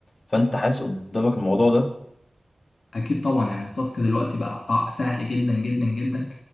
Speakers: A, on the left; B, on the left.
A: فانت حاسس قدامك الموضوع ده
B: اكيد طبعا يعني التاسك دلوقتي بقى ف- سهل جدا جدا جدا